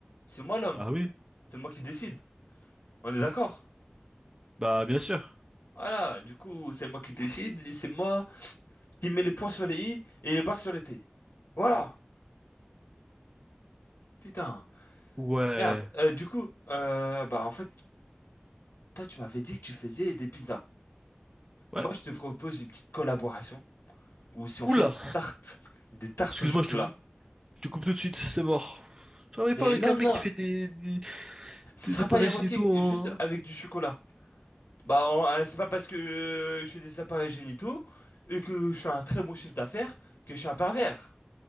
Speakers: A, on the left (about 75°); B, on the right (about 15°).
A: C'est moi l'homme.
B: Bah oui.
A: C'est moi qui décide. On est d'accord?
B: Bah, bien sûr.
A: Voilà. Du coup, c'est moi qui décide et c'est moi. qui met les points sur les i et les bas sur les t. Voilà. Putain.
B: Ouais.
A: Merde. Euh, du coup, euh, bah en fait, toi, tu m'avais dit que tu faisais des pizzas.
B: Ouais.
A: Moi, je te propose une petite collaboration où si on
B: Oula!
A: fait des tartes, des tartes
B: Excuse-moi,
A: au chocolat.
B: je touche. Tu coupes tout de suite, c'est mort. Je travaille pas
A: Mais
B: avec
A: non,
B: un mec
A: non,
B: qui fait des, des,
A: ce
B: des
A: sera
B: appareils
A: pas érotique,
B: génitaux en...
A: juste avec du chocolat. Bah, on- euh, c'est pas parce que euh, je fais des appareils génitaux et que je fais un très bon chiffre d'affaires que je suis un pervers.